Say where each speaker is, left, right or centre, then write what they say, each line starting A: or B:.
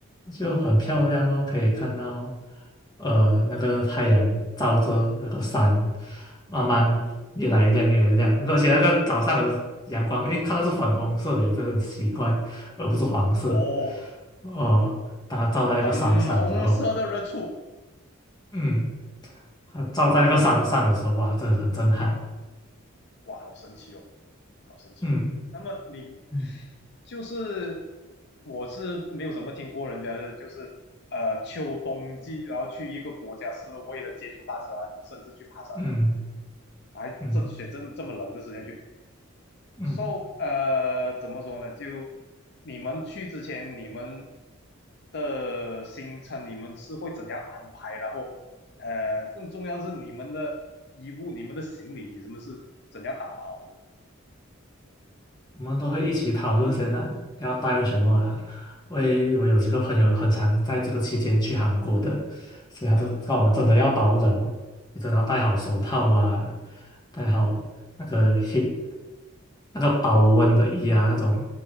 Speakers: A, on the left; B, on the left.
A: 就很漂亮咯，可以看到，呃，那个太阳照着那个山，慢慢越来越亮，越来越亮。而且那个早上的阳光，诶，看到是粉红色的，这很奇怪，而不是黄色。
B: 哦，
A: 哦、当它照在那个山上的时候，
B: 粉红色的热醋，
A: 嗯，它照在那个山上的时候，哇，真的很震撼。
B: 哇，好神奇哦，好神奇哦。
A: 嗯
B: 那么你
A: 嗯
B: 就是我是没有怎么听过人家的，就是呃秋冬季，然后去一个国家是为了接触大自然，甚至去爬山的人，
A: 嗯
B: 还这选这这么冷的时间去。
A: 嗯嗯。
B: so 呃，怎么说呢？就你们去之前，你们的行程你们是会怎样安排？然后呃，更重要的是你们的衣物、你们的行李，你们是怎样打包的？
A: 我们都会一起讨论先啊，要带什么啊？因为我有几个朋友很常在这个期间去韩国的，所以他就告我们真的要保冷哦，
B: 嗯
A: 你真的要戴好手套啊，戴好那个 heat 那个保温的衣啊，那种